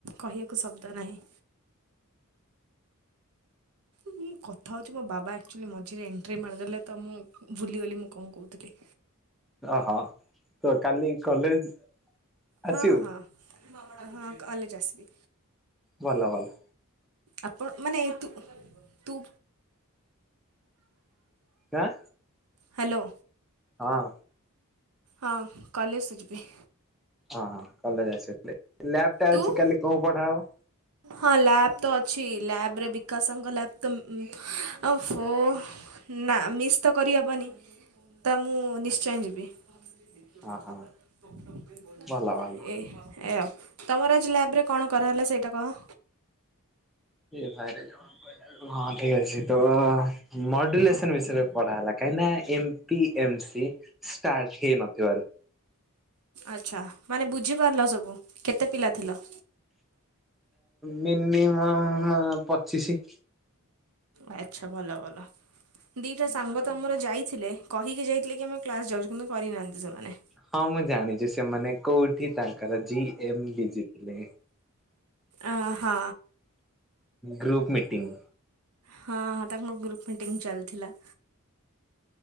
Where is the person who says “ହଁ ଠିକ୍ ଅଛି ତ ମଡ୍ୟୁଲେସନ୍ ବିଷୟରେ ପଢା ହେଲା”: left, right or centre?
Centre